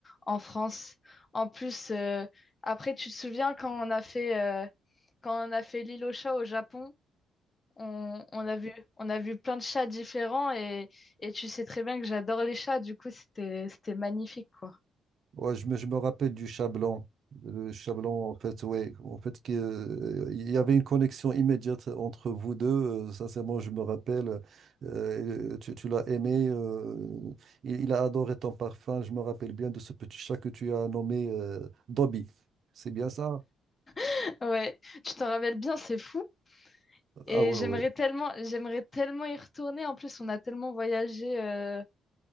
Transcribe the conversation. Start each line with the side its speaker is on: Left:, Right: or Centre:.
Left: en France. En plus, euh, après, tu te souviens quand on a fait, euh, quand on a fait l'île aux chats au Japon, on, on a vu, on a vu plein de chats différents et, et tu sais très bien que j'adore les chats. Du coup, c'était, c'était magnifique, quoi.
Right: Ouais, je me, je me rappelle du chat blanc. Le chat blanc, en fait, ouais. En fait, que, euh, il y avait une connexion immédiate entre vous deux. euh, sincèrement, je me rappelle. euh, tu tu l'as aimé. euh, il, il a adoré ton parfum. Je me rappelle bien de ce petit chat que tu as nommé euh, Dobby. C'est bien ça?
Left: <laughs> Ouais, tu t'en rappelles bien, c'est fou.
Right: Ah
Left: Et
Right: ouais,
Left: j'aimerais
Right: ouais.
Left: tellement, j'aimerais tellement y retourner. En plus, on a tellement voyagé euh,